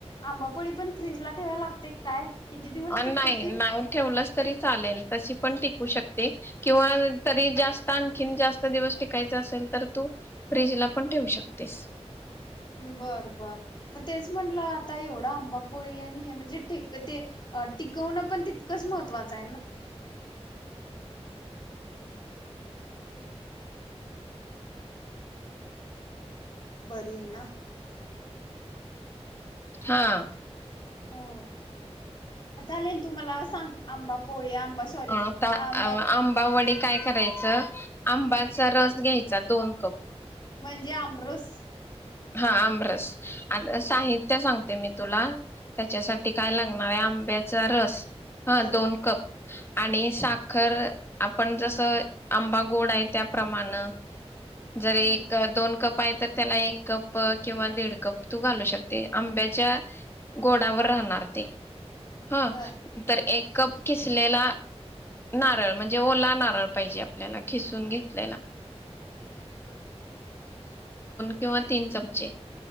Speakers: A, on the left; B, on the left.
A: आंबापोळी पण फ्रीज ला ठेवायला लागते. काय किती दिवस टिकते
B: नाही
A: ती
B: नाही ठेवलंच तरी चालेल तशी पण टिकू शकते. किंवा तरी जास्त आणखी जास्त दिवस टिकाय असेल तर तू फ्रीजला पण ठेवू शकतेस.
A: बर बर मग तेच म्हटलं आता एवढं आंबापोळी आणि हे म्हणजेे ते टिकवणं पण तितकंच महत्त्वाचं <unintelligible> ये आहे ना.
B: हा.
A: हो चालेल. तुम्हाला सांग आंबापोळी आंबा सॉरी
B: हा आता
A: आंबावडी
B: आंबा वडी काय करायचं. आंबाच रस घ्यायच. दोन कप
A: म्हणजे आमरस
B: हा आमरस आ साहित्य सांगते मी तुला त्याच्यासाठी काय लागणार? म आंब्याचा रस हा
A: बर
B: दोन कप आणि साखर आपण जसं आंबा गोड आहे त्याप्रमाण जरी
A: हम्म
B: एक दोन कप पाय तर त्याला एक कप किंवा दीड कप तू घालू शकते आंब्याच्या गोडावर राहणार ते. हा
A: बर
B: तर एक कप खिसलेला नारळ म्हणजे ओला नारळ पाहिजे आपल्याला खिसून घेतलेला. किंवा तीन चमचे